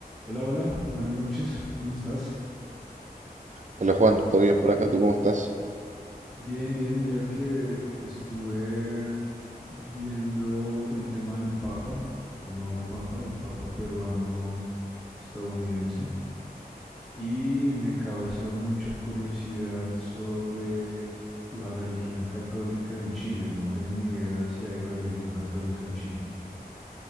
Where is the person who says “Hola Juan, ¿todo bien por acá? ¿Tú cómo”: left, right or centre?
Right